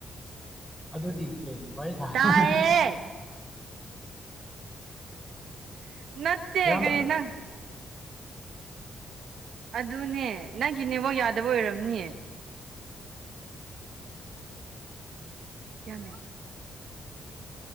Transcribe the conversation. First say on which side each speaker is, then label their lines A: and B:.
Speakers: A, in the centre; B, on the right.
A: ꯑꯗꯨꯗꯤ ꯀꯩ ꯋꯥꯔꯤ ꯁꯥ
B: ꯇꯥꯏꯌꯦ
A: <unintelligible>
B: <unintelligible>
A: ꯌꯥꯝ
B: ꯀꯩꯅ ꯑꯗꯨꯅꯦ ꯅꯪꯒꯤ ꯅꯦꯠꯋꯛ ꯌꯥꯗꯕ ꯑꯣꯏꯔꯝꯅꯤ ꯌꯥꯝꯃꯦ